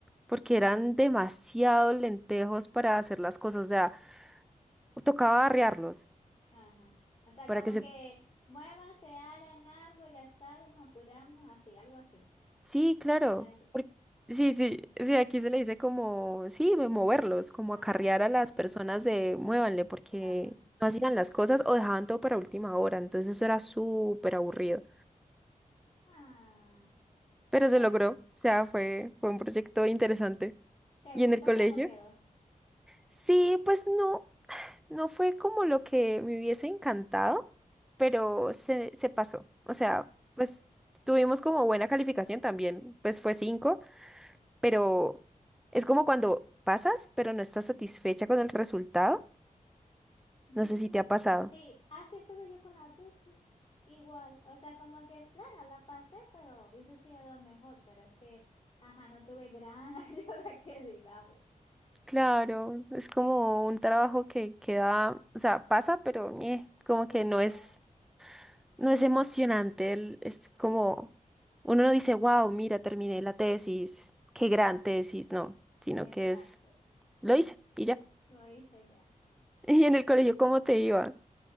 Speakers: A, in the centre; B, on the left (about 45°).
A: porque eran demasiados lentejos para hacer las cosas, o sea, tocaba arrearlos
B: Ajá. O sea,
A: para
B: como
A: que se
B: que muévanse, hagan algo, ya saben, nos apuramos, así, algo así.
A: Sí, claro.
B: Me está diciendo.
A: por- Sí, sí, sí, aquí se le dice como, sí, mo- moverlos, como
B: Ajá,
A: acarrear
B: como
A: a las
B: que.
A: personas de muévanle porque
B: Ajá.
A: no hacían las cosas o dejaban todo para última hora, entonces eso era súper aburrido.
B: Ah,
A: Pero se
B: pues,
A: logró, o sea, fue, fue un proyecto interesante.
B: ¿te
A: ¿Y
B: gustó
A: en el colegio?
B: cómo quedó?
A: Sí, pues no, no fue como lo que me hubiese encantado, pero se, se pasó. O sea, pues tuvimos como buena calificación también, pues fue 5. pero es como cuando pasas, pero no estás satisfecha con el resultado.
B: Sí.
A: No sé si te ha pasado.
B: Sí, así estuve yo con la tesis. Igual. O sea, como que es claro, la pasé, pero hubiese sido mejor, pero es que, ajá, no tuve gran <laughs> ayuda que digamos.
A: Claro, es como un trabajo que queda, o sea, pasa, pero eh, como
B: Sí,
A: que
B: eh,
A: no es, no es emocionante. el- Es como, uno no dice, wow, mira, terminé la tesis, qué gran tesis, no, sino
B: exacto.
A: que es, lo hice y ya.
B: Lo hice ya.
A: <laughs> Y
B: Pero,
A: en el colegio, ¿cómo te iba?